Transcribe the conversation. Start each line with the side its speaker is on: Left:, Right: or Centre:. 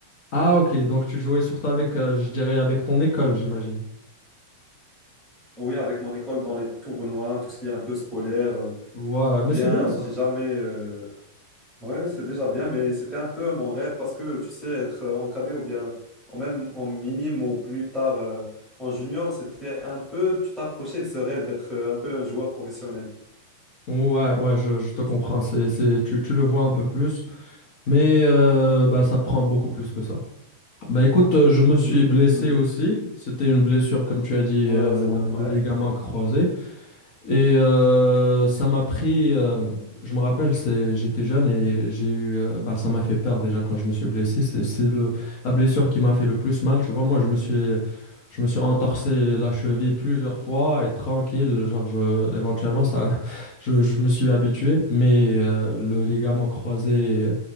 Left: Ah, ok. Donc tu jouais surtout avec, euh, je dirais, avec ton école, j'imagine.
Centre: Oui, avec mon école dans les tournois, tout ce qui est un peu scolaire, euh,
Left: Ouais,
Centre: ou
Left: mais
Centre: bien
Left: c'est bien ça.
Centre: si jamais... euh, Ouais, c'est déjà bien, mais c'était un peu mon rêve parce que, tu sais, être euh, en cadet ou bien en même en minime ou plus tard euh, en junior, c'était un peu... Tu t'approchais de ce rêve d'être euh, un peu un joueur professionnel.
Left: Ouais, ouais, je, je te comprends. C'est, c'est, tu, tu le vois un peu plus, mais euh, bah, ça prend beaucoup plus que ça. Bah écoute, euh, je me suis
Centre: Mhm,
Left: blessé
Centre: mhm.
Left: aussi. C'était une blessure, comme tu as dit,
Centre: Malheureusement,
Left: euh, de,
Centre: ouais.
Left: de ligament croisé. Et euh, ça m'a pris, euh, je me rappelle, c'est, j'étais jeune et j'ai eu, euh, ben, ça m'a fait peur déjà quand je me suis blessé. C'est, c'est le, la blessure qui m'a fait le plus mal. Tu vois, moi, je me suis, je me suis entorsé la cheville plusieurs fois et tranquille, genre, je, éventuellement, ça, <laughs> je, je me suis habitué. Mais euh, le ligament croisé, euh,